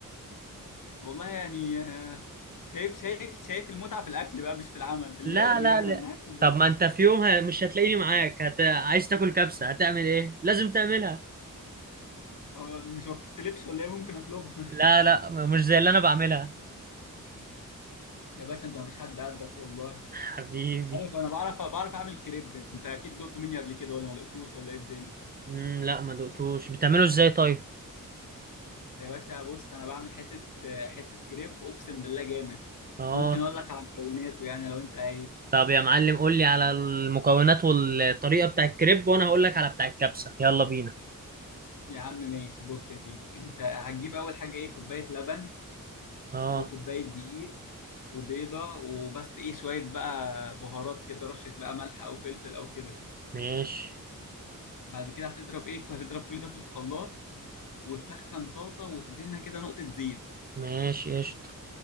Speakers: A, on the left (about 70°); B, on the right (about 30°).
A: والله يعني آه، شايف شايف شايف المتعه في الاكل بقى مش في العمل اللي
B: لا
A: يعمل
B: لا
A: يعمل
B: لا
A: انا هاكل بس
B: طب ما انت في يوم ه- مش هتلاقيني معاك هت... عايز تاكل كبسه هتعمل ايه لازم تعملها
A: هو مش ما بتتلبش ولا ايه ممكن اطلبها
B: لا لا مش زي اللي انا بعملها
A: <laughs> يا باشا انت مفيش حد قدك والله
B: حبيبي
A: عارف انا بعرف بعرف اعمل كريب انت اكيد دقته مني قبل كده ولا ما دقتوش ولا ايه الدنيا
B: مم لا ما دقتوش بتعمله ازاي طيب
A: يا باشا بص انا بعمل حته حته كريب اقسم بالله جامد
B: اه
A: ممكن اقول لك على مكوناته يعني لو انت عايز
B: طب يا معلم قول لي على المكونات والطريقة بتاع الكريب وانا هقول لك على بتاع الكبسة يلا بينا
A: يا عم ماشي بص يا سيدي انت هتجيب اول حاجه ايه كوبايه لبن
B: اه
A: وكوبايه دقيق وبيضه وبس ايه شويه بقى بهارات كده رشه بقى ملح او فلفل او كده
B: ماشي
A: بعد كده هتضرب ايه هتضرب كل ده في الخلاط وتسخن طاسه وتدهنها كده نقطه زيت
B: ماشي قشطة